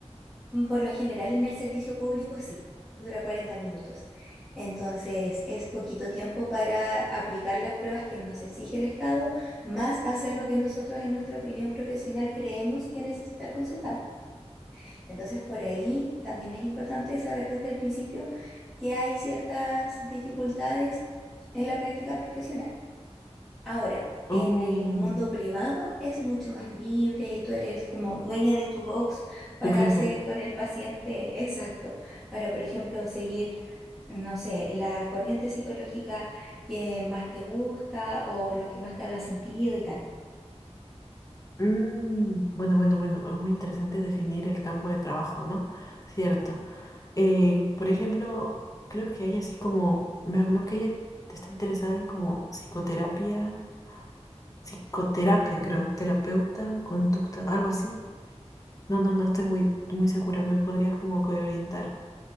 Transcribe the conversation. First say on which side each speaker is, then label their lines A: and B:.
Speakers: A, in the centre; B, on the left.
A: mm, por lo general en el servicio público sí, dura 40 minutos. Entonces, es poquito tiempo para aplicar las pruebas que nos exige el Estado, más hacer lo que nosotros en nuestra opinión profesional creemos que necesita el consultante. Entonces, por ahí también es importante saber desde el principio que hay ciertas dificultades en la práctica profesional. Ahora,
B: Uy.
A: en el mundo privado es mucho más libre y tú eres como dueña de tu box para
B: Tu jefe.
A: hacer con el paciente <laughs> exacto, para, por ejemplo, seguir, no sé, la corriente psicológica que más te gusta o lo que más te haga sentido y tal.
B: Mm, bueno, bueno, bueno. Es muy interesante definir el campo de trabajo, ¿no? Cierto. Eh, por ejemplo, creo que hay así como. Me habló que ella está interesada en como psicoterapia. Psicoterapia, creo. Terapeuta o conducta, algo así. No, no, no estoy muy, muy segura. ¿Me podrías como que orientar?